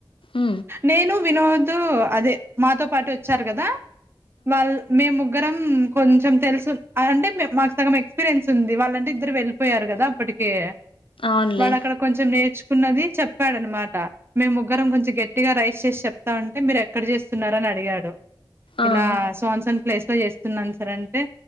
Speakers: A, on the left; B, on the right.
A: ఉ
B: నేను వినోద్ అదే మాతో పాటు వొచ్చారు కదా వాల్ల్ మేము ముగ్గరం కొంచెం తెలుసు అంటే మె మాకు సగం ఎక్స్పీరియన్స్ ఉంది వాళ్ళంటే ఇద్దరు వెళ్లిపోయారు కదా అప్పటికి
A: అవునులే
B: వాడు అక్కడ కొంచెం నేర్చుకున్నది చెప్పాడన్న మాట మేము ముగ్గరం కొంచెం గట్ గట్టిగా రైస్ చేసి చెప్తా ఉంటే మీరెక్కడ చేస్తున్నారని అడిగాడు
A: ఆహా
B: ఇలా సో ఆన్ సోన్ ప్లేస్ లో చేస్తున్నాను సార్ అంటే